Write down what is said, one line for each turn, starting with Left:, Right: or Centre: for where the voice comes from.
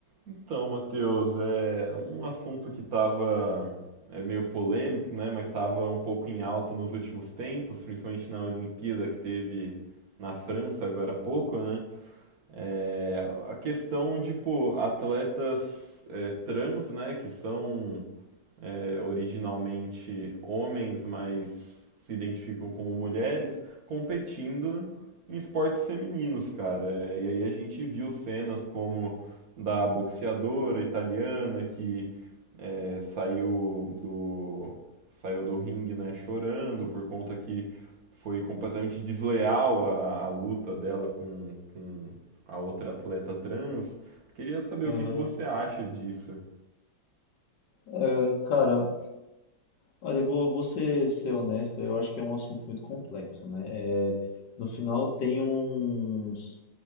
Right: Então, Matheus, é um assunto que estava é, meio polêmico, né? Mas estava um pouco em alta nos últimos tempos, principalmente na Olimpíada que teve na França agora há pouco, né? É, a questão de, pô, atletas é, trans, né? Que são é, originalmente homens, mas se identificam como mulheres, competindo em esportes femininos, cara. É, e aí a gente viu cenas como da boxeadora italiana que é, saiu do saiu do ringue, né, chorando por conta que foi completamente desleal a, a luta dela com, com a outra atleta trans. Queria saber
Left: Aham.
Right: o que, que você acha disso.
Left: É, cara, olha, eu vou, vou ser, ser honesto, eu acho que é um assunto muito complexo, né? É, no final tem uns,